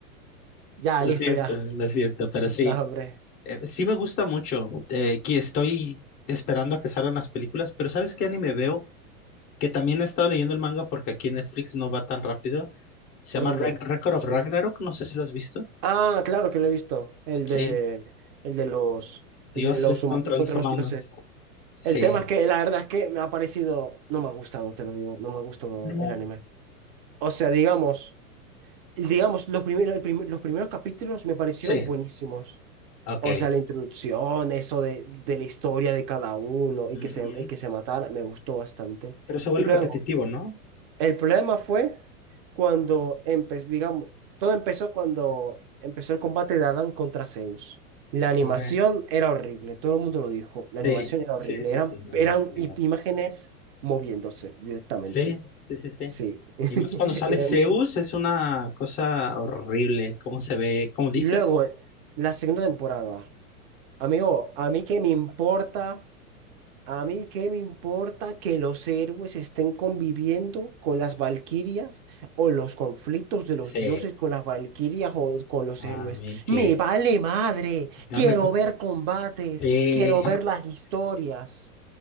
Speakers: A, on the right (about 40°); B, on the left (about 20°).
A: Ya,
B: Lo
A: listo,
B: siento,
A: ya.
B: lo siento, pero
A: No,
B: sí.
A: hombre.
B: Eh, sí me gusta mucho, eh, que estoy esperando a que salgan las películas, pero ¿sabes qué anime veo? Que también he estado leyendo el manga porque aquí en Netflix no va tan rápido. Se
A: ¿Por
B: llama
A: dónde?
B: Rag- Record of Ragnarok, no sé si lo has visto.
A: Ah, claro que lo he visto. El de,
B: Sí,
A: el de los,
B: dioses
A: el de los
B: contra
A: humanos contra
B: los humanos.
A: los dioses.
B: Sí.
A: El tema es que la verdad es que me ha parecido, no me ha gustado, te lo digo, no me ha gustado
B: No.
A: el anime. O sea, digamos, digamos, los primeros, los primeros capítulos me parecieron
B: Sí,
A: buenísimos.
B: ok.
A: O sea, la introducción, eso de, de la historia de cada uno y
B: Ujú.
A: que se, y que se matara, me gustó bastante.
B: Pero se vuelve
A: Luego,
B: repetitivo, ¿no?
A: el problema fue cuando empezó, digamos, todo empezó cuando empezó el combate de Adán contra Zeus. La animación
B: Ok.
A: era horrible, todo el mundo lo dijo, la
B: Sí,
A: animación era
B: sí,
A: horrible,
B: sí,
A: eran,
B: sí, no
A: eran
B: lo niego.
A: i- imágenes moviéndose directamente,
B: Sí, sí, sí, sí.
A: sí. <laughs>
B: Y más cuando sale
A: Eran-
B: Zeus, es una cosa horrible, cómo se ve, ¿Cómo dices,
A: y luego, la segunda temporada, amigo, ¿a mí qué me importa? A mí qué me importa que los héroes estén conviviendo con las valquirias o los conflictos de los
B: Sí,
A: dioses con las valquirias o con los héroes.
B: a mí que.
A: Me vale madre.
B: Dame.
A: Quiero
B: pues,
A: ver combates.
B: eh,
A: Quiero ver las historias.